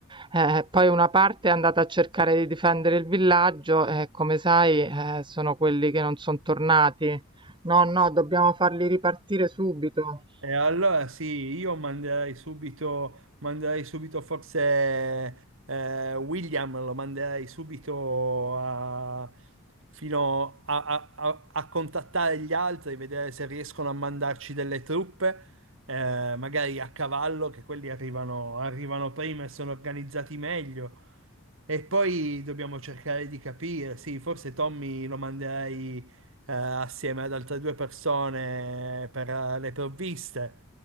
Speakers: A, on the right; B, on the right.
A: Eh, poi una parte è andata a cercare di difendere il villaggio e, come sai, eh, sono quelli che non sono tornati. No, no, dobbiamo farli ripartire subito.
B: E allora sì, io manderei subito, manderei subito forse eh, William, lo manderei subito a, fino a, a- a- a contattare gli altri, vedere se riescono a mandarci delle truppe, eh, magari a cavallo, che quelli arrivano, arrivano prima e sono organizzati meglio. E poi dobbiamo cercare di capire, sì, forse Tommy lo manderei eh, assieme ad altre due persone per eh, le provviste